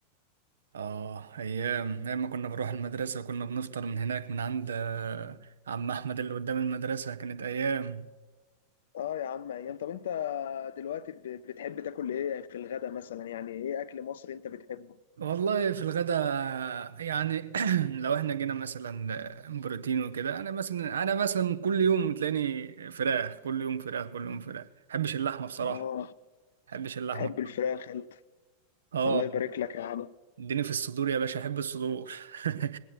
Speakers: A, on the right; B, on the left.
A: اه ايام ايام ما كنا بنروح المدرسة وكنا بنفطر من هناك من عند آه، عم احمد اللي قدام المدرسة كانت ايام
B: اه يا عم ايام طب انت دلوقتي ب- بتحب تاكل ايه في الغدا مثلا يعني ايه اكل مصري انت بتحبه
A: والله في الغدا يعني <clears throat> لو احنا جينا مثلا بروتين وكده انا مثلا انا مثلا كل يوم تلاقيني فراخ كل يوم فراخ كل يوم فراخ ما بحبش اللحمة بصراحة
B: اه
A: ما بحبش اللحمة
B: تحب الفراخ انت
A: اه
B: الله يبارك لك يا عم
A: اديني في الصدور يا باشا احب الصدور <laughs>